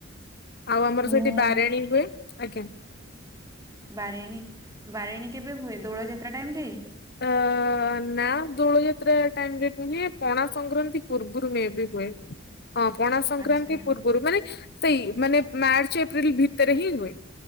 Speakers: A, on the left; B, on the right.
A: ଆଜ୍ଞା ।
B: ମୁଁ ବାରେଣୀ ବାରେଣୀ କେବେ ହୁଏ ଦୋଳ ଯାତ୍ରା ଟାଇମରେ?
A: ହଁ। ନା ଦୋଳ ଯାତ୍ରା ଟାଇମରେ ନୁହେଁ, ପଣା ସଂକ୍ରାନ୍ତି ପୂର୍ବରୁ ମେ ବି ହୁଏ । ହଁ ପଣା ସଂକ୍ରାନ୍ତି
B: ଆଚ୍ଛା
A: ପୂର୍ବରୁ ମାନେ ସେଇ ମାନେ ମାର୍ଚ୍ଚ ଏପ୍ରିଲ ଭିତରେ ହିଁ ହୁଏ